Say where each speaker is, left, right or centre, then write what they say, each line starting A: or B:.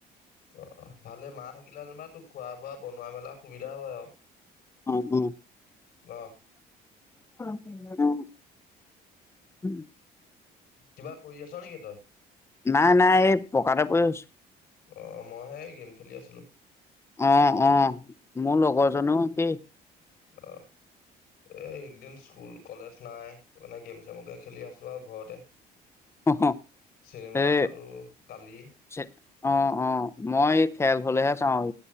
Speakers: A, on the left (about 75°); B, on the left (about 15°).
A: অ ভালে, মা থাকিলে যেনিবা তোক খোৱা বোৱা বনোৱা মেলা সুবিধা হয় আৰু।
B: উম উম,
A: ন
B: উম। <unintelligible> উম।
A: কিবা কৰি আছ নেকি তই?
B: নাই নাই এই পকাতে পৰি আছো।
A: অ মইহে গেম খেলি আছিলো।
B: অ অ, মোৰ লগৰজনীও একেই।
A: অ, এই একদিন স্কুল, কলেজ নাই সেইকাৰণে গেম চেমকে খেলি আছো আৰু ঘৰতে।
B: অ, স,
A: চিনেমা
B: এ,
A: চালো কালি
B: চে, অ- অ। মই খেল হলেহে চাওঁ,